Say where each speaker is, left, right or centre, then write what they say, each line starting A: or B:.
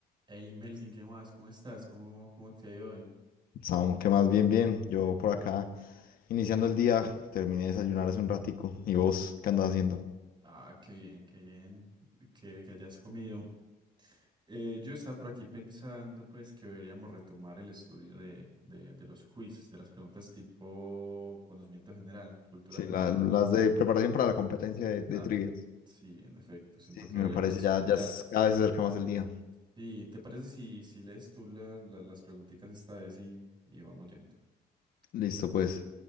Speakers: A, on the right (about 30°); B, on the left (about 60°).
A: Hey Melkin, ¿qué más? ¿Cómo estás? ¿Cómo, cómo te ha ido hoy?
B: Samu, que más bien, bien. Yo por acá, iniciando el día, terminé de desayunar hace un ratico. ¿Y vos qué andas haciendo?
A: Ah, qué bien, qué bien que, que hayas comido. Eh, yo estaba por aquí pensando pues que deberíamos retomar el estudio de, de, de los quiz, de las preguntas tipo conocimiento general, cultura
B: Sí,
A: general.
B: la- las de preparación para la competencia de, de
A: Ah,
B: trivias.
A: sí, en efecto, siento
B: Sí, sí,
A: que deberíamos
B: me parece,
A: estudiar.
B: ya, ya es- cada vez se acerca más el día.
A: Sí, ¿te parece si, si lees tú la- la- las preguntitas esta vez y, y vamos yendo? Ok,
B: Listo, pues.